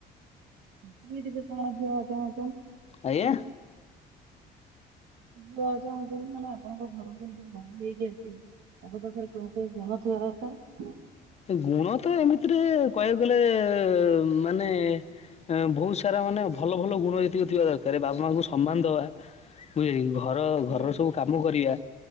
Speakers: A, on the right; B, on the left.
A: କେମିତିକା ଆପଣ ଝିଅ ଚାହୁଁଛନ୍ତି?
B: ଆଜ୍ଞା?
A: ଝିଅ ଚାହୁଁଛନ୍ତି ମାନେ ଆପଣଙ୍କ ଘରକୁ ଯିଏ ବୋହୂ ହେଇକି ଆସିବେ ତାଙ୍କ ପାଖରେ କୋଉ କୋଉ ଗୁଣ ଥିବା ଦରକାର।
B: ଗୁଣ ତ ଏମିତିରେ କହିବାକୁ ଗଲେ ମାନେ ବହୁତ ସାରା ମାନେ ଭଲ ଭଲ ଗୁଣ ଯେତିକି ଥିବା ଦରକାରେ ବାବା ମାଙ୍କୁ ସମ୍ମାନ ଦବା ବୁଝିଲେ କି ଘର
A: ହୁଁ
B: ଘରର ସବୁ କାମ କରିବା